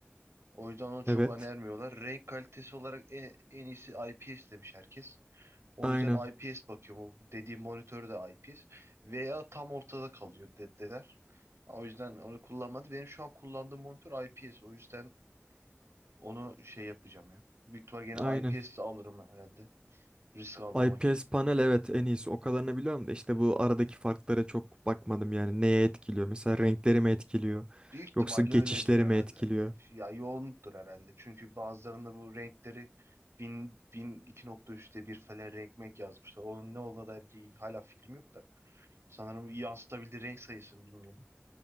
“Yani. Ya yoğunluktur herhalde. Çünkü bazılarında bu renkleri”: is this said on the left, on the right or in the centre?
Right